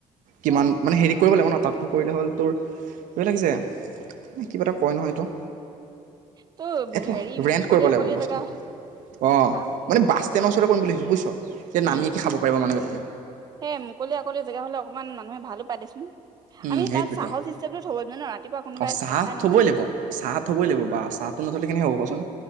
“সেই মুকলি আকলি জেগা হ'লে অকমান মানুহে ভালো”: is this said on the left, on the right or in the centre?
Right